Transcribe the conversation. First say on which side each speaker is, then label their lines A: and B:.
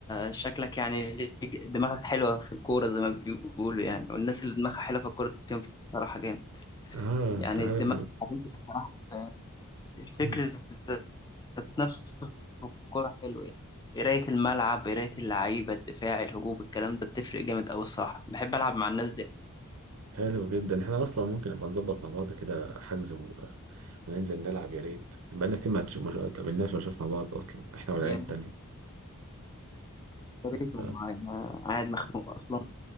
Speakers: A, on the left; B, on the right.
A: شكلك يعني ليك- دماغك حلوه في الكوره زي ما بيقولوا يعني والناس اللي دماغها حلوه في الكوره دي بتنفع بصراحه جامد
B: اه
A: يعني
B: انت عارف
A: الدماغ <laughs> الصراحه الفكر
B: مم.
A: ذات نفسه في الكورة حلو يعني قراية الملعب قراية اللعيبة الدفاع الهجوم الكلام ده بتفرق جامد أوي الصراحة بحب ألعب مع الناس دي
B: حلو جدا احنا اصلا ممكن نبقى نظبط مع بعض كده حجز و... وننزل نلعب يا ريت بقالنا كتير ما تش- ما شو- قابلناش ولا شفنا بعض اصلا احنا والعيال
A: يعني
B: التانية
A: يا ريت والله
B: ف...
A: أنا قاعد مخنوق أصلا